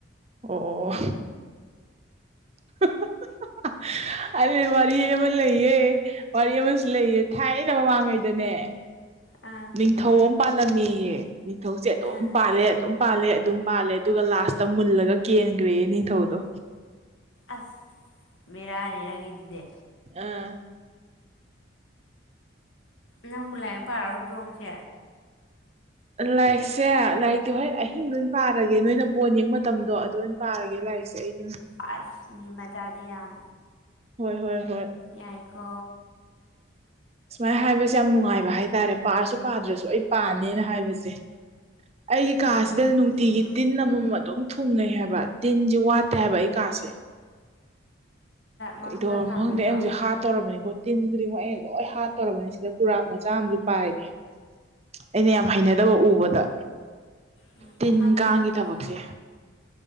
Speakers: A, on the right; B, on the left.
A: ꯑꯣ ꯑꯣ <unintelligible> ꯑꯗꯨ ꯋꯥꯔꯤ ꯑꯃ ꯂꯩꯌꯦ ꯋꯥꯔꯤ ꯑꯃꯁꯨ ꯂꯩꯌꯦ ꯊꯥꯏꯅ ꯃꯃꯥꯡꯉꯩꯗꯅꯦ
B: ꯑꯥ
A: ꯅꯤꯡꯊꯧ ꯑꯃ ꯄꯥꯜꯂꯝꯃꯦꯌꯦ ꯅꯤꯡꯊꯧꯁꯦ ꯑꯗꯨꯝ
B: ꯑꯥ
A: ꯄꯥꯜꯂꯦ ꯑꯗꯨꯝ ꯄꯥꯜꯂꯦ ꯑꯗꯨꯝ ꯄꯥꯜꯂꯦ ꯑꯗꯨꯒ ꯂꯥꯁꯇ ꯃꯨꯜꯂꯒ ꯀꯦꯟꯈ꯭ꯔꯦ ꯅꯤꯡꯊꯧꯗ ꯗꯣ
B: ꯑꯁ ꯕꯦꯔꯥꯅꯤ ꯅꯪꯒꯤꯗꯨꯗꯤ
A: ꯑꯥ
B: ꯅꯪꯕꯨ ꯂꯥꯏꯔꯤꯛ ꯄꯥꯔꯔꯣꯏꯗ꯭ꯔꯣ ꯉꯁꯤ
A: ꯂꯥꯏꯔꯤꯛꯁꯦ ꯂꯥꯏꯔꯤꯛꯇꯤ ꯍꯣꯏ ꯑꯍꯤꯡꯗ ꯑꯣꯏ ꯄꯥꯔꯒꯦ ꯅꯣꯏꯅ ꯕꯣꯟ ꯌꯦꯡꯕ ꯃꯇꯝꯗꯣ ꯑꯗꯨ ꯑꯣꯏ ꯄꯥꯔꯒꯦ ꯂꯥꯏꯔꯤꯛ <unintelligible>
B: ꯑꯥꯁ ꯃꯤ ꯃꯖꯥꯗꯤ ꯌꯥꯝ
A: ꯍꯣꯏ ꯍꯣꯏ ꯍꯣꯏ
B: ꯌꯥꯏꯀꯣ
A: ꯁꯨꯃꯥꯏꯟ ꯍꯥꯏꯕꯁꯦ ꯌꯥꯝ ꯅꯨꯡꯉꯥꯏꯕ ꯍꯥꯏꯇꯥꯔꯦ ꯄꯥꯔꯁꯨ ꯄꯥꯗ꯭ꯔꯁꯨ ꯑꯩ ꯄꯥꯅꯦꯅ ꯍꯥꯏꯕꯁꯦ ꯑꯩꯒꯤ
B: ꯎꯝ
A: ꯀꯥꯁꯤꯗ ꯅꯨꯡꯇꯤꯒꯤ
B: ꯆꯨꯝꯃꯦ
A: ꯇꯤꯟ ꯑꯃꯃꯝ ꯑꯗꯨꯝ ꯊꯨꯡꯉꯩ ꯍꯥꯏꯕ ꯇꯤꯟꯖꯤ ꯋꯥꯠꯇꯦ ꯍꯥꯏꯕ ꯑꯩ ꯀꯥꯁꯦ
B: ꯃꯅꯨꯡꯗ
A: ꯀꯩꯗꯧꯔꯝꯣ
B: ꯊꯥꯝꯕꯩꯔꯣ
A: ꯈꯪꯗꯦ ꯑꯩ ꯍꯧꯖꯤꯛ ꯍꯥꯔ ꯇꯧꯔꯕꯅꯤꯀꯣ ꯇꯤꯟ ꯈꯨꯗꯤꯡꯃꯛ ꯑꯩꯅ ꯂꯣꯏ ꯍꯥꯠꯇꯧꯔꯕꯅꯦ ꯁꯤꯗ ꯀꯨꯔꯥꯛ ꯃꯆꯥ ꯑꯃꯁꯨ ꯄꯥꯏꯔꯦ ꯑꯩꯅ ꯌꯥꯝ ꯍꯩꯅꯗꯕ ꯎꯕꯗ
B: ꯎꯝ
A: ꯇꯤꯟ
B: ꯍꯥꯠꯄꯤꯔꯝꯃꯣ
A: ꯀꯥꯡꯒꯤ ꯊꯕꯛꯁꯦ